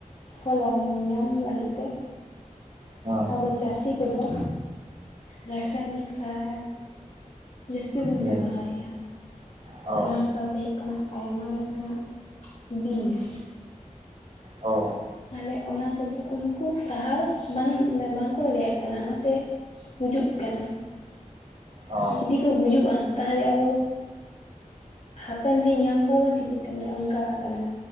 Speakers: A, on the left; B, on the right.
A: ᱯᱷᱚᱞᱚᱱ ᱧᱟᱢ ᱞᱟᱹᱜᱤᱫ ᱛᱮ
B: ᱦᱮᱸ ᱦᱮᱸ
A: ᱟᱵᱚ ᱪᱟᱹᱥᱤ ᱠᱚ ᱫᱚ ᱨᱟᱥᱟᱭᱚᱱᱤᱠ ᱥᱟᱨ ᱡᱟᱹᱥᱛᱤ ᱵᱚᱱ
B: ᱦᱮᱸ
A: ᱵᱮᱵᱚ ᱦᱟᱨᱮᱜᱼᱟ
B: ᱚ
A: ᱚᱱᱟ ᱥᱟᱶᱛᱮ ᱚᱱᱟ ᱟᱭᱢᱟ ᱞᱮᱠᱟᱱᱟᱜ ᱵᱤᱥ
B: ᱚᱸ
A: ᱯᱟᱞᱮᱜ ᱚᱱᱟ ᱠᱚ ᱫᱚ ᱩᱱᱠᱩ ᱥᱟᱦᱟᱣ ᱵᱟᱝ ᱵᱟᱝ ᱠᱚ ᱢᱚᱱᱮᱭᱟᱜ ᱠᱟᱱᱟ ᱚᱱᱟ ᱛᱮ ᱜᱩᱡᱩᱜ ᱠᱟᱱᱟ
B: ᱚ
A: ᱡᱩᱫᱤ ᱠᱚ ᱜᱩᱡᱩᱜᱼᱟ ᱛᱟᱦᱞᱮ ᱟᱵᱚ ᱦᱟᱯᱮᱱ ᱫᱤᱱ ᱧᱟᱢ ᱠᱚᱣᱟ ᱵᱚᱱ ᱪᱤᱠᱟᱹ ᱛᱮ ᱢᱟᱱᱮ ᱚᱱᱠᱟ ᱠᱟᱱᱟ,